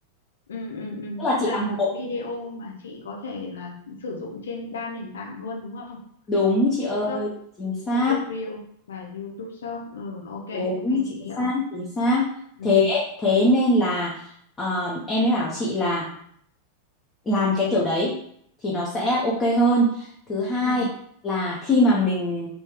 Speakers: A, on the left; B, on the left.
A: ừ, ừ, ừ.
B: Tức là
A: Tức
B: chị
A: là
B: làm
A: một
B: một
A: video mà chị có thể là sử dụng trên đa nền tảng luôn đúng không?
B: đúng chị
A: TikTok,
B: ơi, chính xác,
A: Facebook Reel và YouTube Short. Ừ, ok,
B: đúng
A: ok
B: chính
A: chị hiểu.
B: xác, chính xác.
A: Ừ,
B: Thế thế nên là ờm, em mới bảo chị là làm cái kiểu đấy thì nó sẽ ok hơn thứ hai
A: ừ,
B: là khi mà mình